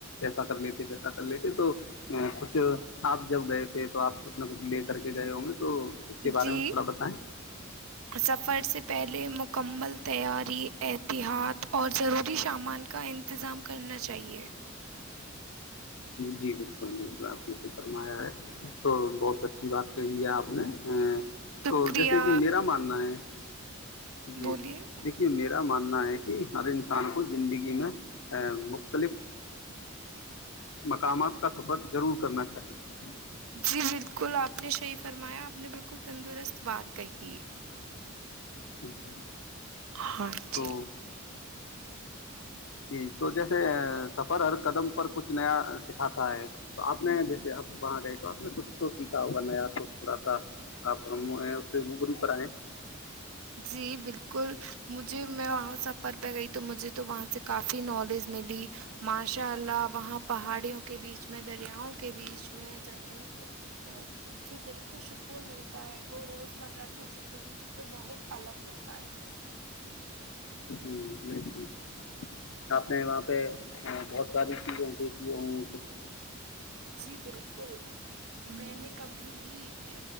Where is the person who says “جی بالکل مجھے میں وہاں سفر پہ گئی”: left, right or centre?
Right